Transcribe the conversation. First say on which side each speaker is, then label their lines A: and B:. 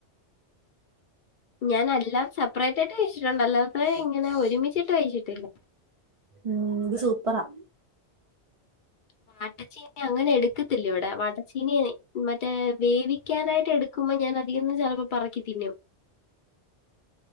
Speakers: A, on the left (about 55°); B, on the right (about 60°).
A: ഞാൻ എല്ലാം സെപ്പറേറ്റ് ആയിട്ട് കഴിച്ചിട്ടുണ്ട് അല്ലാതെ ഇങ്ങനെ ഒരുമിച്ചിട്ട് കഴിച്ചിട്ടില്ല
B: ഉം- ഇത് സൂപ്പറാ
A: വാട്ടച്ചീനി അങ്ങനെ എടുക്കത്തില്ല ഇവിടെ <unintelligible> നിയെ മറ്റേ വേവിക്കാനായിട്ട് എടുക്കുമ്പോ ഞാൻ അതിന്ന് ചെിലപ്പോ പെറുക്കി തിന്നും <inaudible>